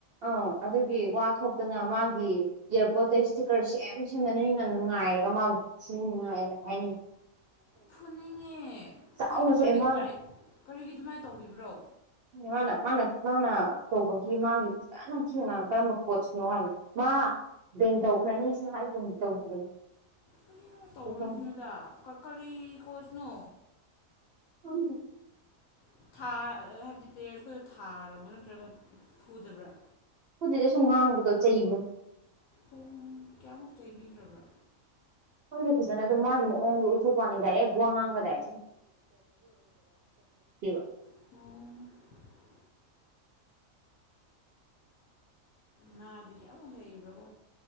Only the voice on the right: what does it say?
ꯑ ꯑꯗꯨꯒꯤ ꯋꯥ ꯊꯣꯛꯇꯅ ꯃꯥꯒꯤ ꯏꯌꯥꯔꯄꯣꯔꯠꯇ ꯏꯁꯇꯤꯀꯔ ꯁꯦꯝ ꯁꯦꯝꯗꯅ ꯃꯤꯅ ꯉꯥꯏꯔꯒ ꯃꯥꯕꯨ ꯐꯨꯅꯤꯉꯥꯏ ꯍꯥꯏꯅꯩ
ꯆꯥꯎꯅ
ꯁꯣꯛꯑꯦ ꯃꯥꯅ
ꯃꯥꯅ ꯃꯥꯅ ꯃꯥꯅ ꯇꯧꯕꯒꯤ ꯃꯥꯒꯤ ꯐꯖꯅ ꯊꯤꯅ ꯉꯥꯡꯉ‌ꯦ ꯀꯔꯝꯕ ꯀ‌ꯣꯠꯁꯅꯣ ꯍꯥꯏꯅ ꯃꯥ ꯕꯦꯟꯗ ꯇꯧꯈ꯭ꯔꯅꯤꯁꯨ ꯍꯥꯏꯒꯨꯝ ꯇꯧꯈꯤꯕꯅꯤ
ꯈꯪꯗꯦ
<unintelligible>
ꯐꯨꯗ‌ꯦꯗ ꯁꯨꯝ ꯉꯥꯡꯕꯗꯣ ꯆꯩꯕꯗ‌ꯣ
ꯈꯪꯗꯦ ꯐꯖꯅ ꯑꯗꯨꯝ ꯃꯥꯒꯤ ꯃꯑꯣꯡꯗꯣ ꯎꯊꯣꯛꯄꯩ ꯋꯥꯅꯤ ꯗꯥꯏꯔꯦꯛ ꯋꯥ ꯉꯥꯡꯕ ꯗꯥꯏꯔꯦꯛ <unintelligible>